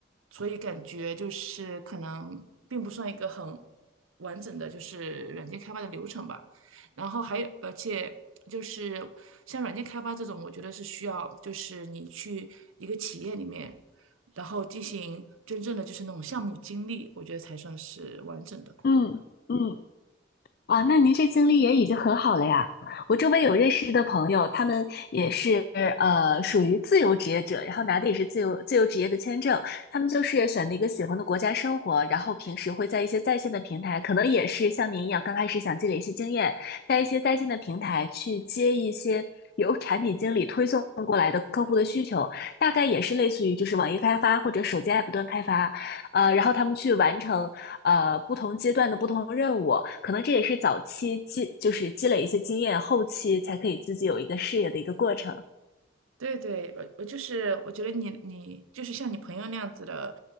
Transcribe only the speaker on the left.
嗯嗯啊，那您这经历也已经很好了呀。我周围有认识的朋友，他们也是呃属于自由职业者，然后拿的也是自由自由职业的签证。他们就是选了一个喜欢的国家生活，然后平时会在一些在线的平台，可能也是像您一样，刚开始想积累一些经验，在一些在线的平台去接一些由产品经理推送过来的客户的需求，大概也是类似于就是网页开发或者手机 app 端开发，呃，然后他们去完成。呃不同阶段的不同任务，可能这也是早期积就是积累一些经验，后期才可以自己有一个事业的一个过程。